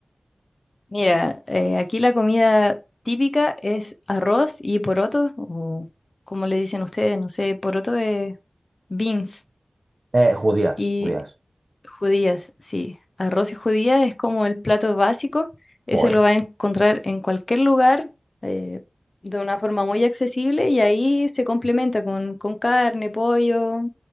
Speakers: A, on the left (about 55°); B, on the right (about 60°).
A: Mira, eh, aquí la comida típica es arroz y poroto, o como le dicen ustedes, no sé, poroto es beans
B: Eh, judías,
A: y
B: judías.
A: judías, sí. Arroz y judías es como el plato básico, eso
B: Joder.
A: lo vas a encontrar en cualquier lugar eh, de una forma muy accesible y ahí se complementa con, con carne, pollo,